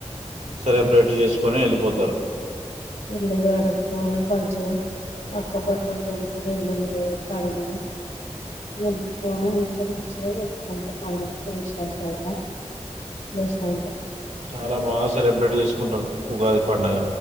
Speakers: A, on the right; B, on the left.
A: సెలబ్రేట్ చేసుకొని వెళ్ళిపోతరు.
B: ఇల్లు కడుక్కొని మంచిగా, పక్క బట్టలు దులుపుకొని, ఇల్లు కడుగుని, నింపుకని మంచి మంచిగా చేసుంటారు పండగ వెశ్లేషంగ విశ్లేషంగ.
A: చాలా బాగ సెలబ్రేట్ చేసుకుంటరు ఉగాది పండగ